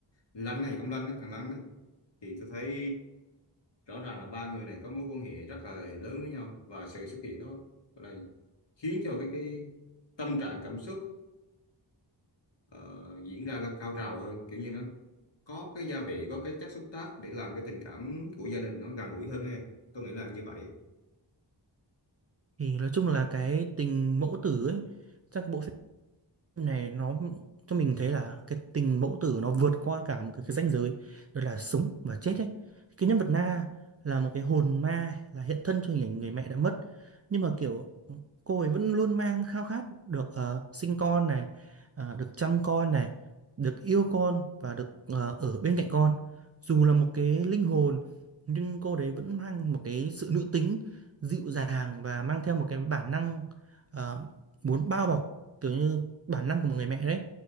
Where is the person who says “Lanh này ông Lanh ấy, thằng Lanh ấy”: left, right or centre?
Left